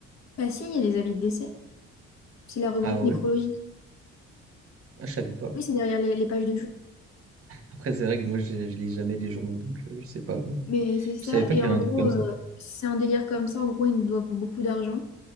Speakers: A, on the left; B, on the right.
A: Bah si, il y a des avis de décès. C'est la rubrique
B: Ah ouais?
A: nécrologie.
B: Ah, je savais pas.
A: Oui, c'est derrière les, les pages de jeu.
B: Après, c'est vrai que moi, je, je lis jamais les journaux, donc euh, je sais pas.
A: Mais c'est ça.
B: Je savais pas
A: Et
B: qu'il y
A: en
B: avait
A: gros,
B: un truc comme
A: euh,
B: ça.
A: c'est un délire comme ça. En gros, ils nous doivent beaucoup d'argent.